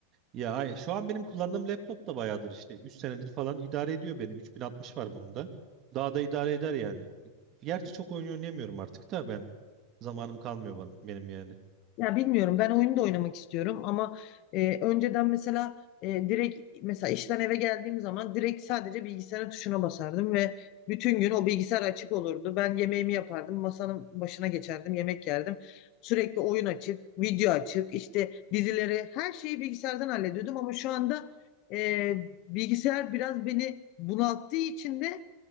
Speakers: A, on the right; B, on the left.
A: Ya ay- şu an benim kullandığım laptop da bayağıdır işte. üç senedir falan idare ediyor beni. 3060 var bunda. Daha da idare eder yani. Gerçi çok oyun oynayamıyorum artık da ben. Zamanım kalmıyor bana, benim yani.
B: Ya bilmiyorum ben oyunu da oynamak istiyorum ama e, önceden mesela e, direkt mesela işten eve geldiğim zaman direkt sadece bilgisayarın tuşuna basardım ve bütün gün o bilgisayar açık olurdu. Ben yemeğimi yapardım, masanın başına geçerdim, yemek yerdim. Sürekli oyun açık, video açık, işte dizileri her şeyi bilgisayardan hallediyordum ama şu anda e, bilgisayar biraz beni bunalttığı için de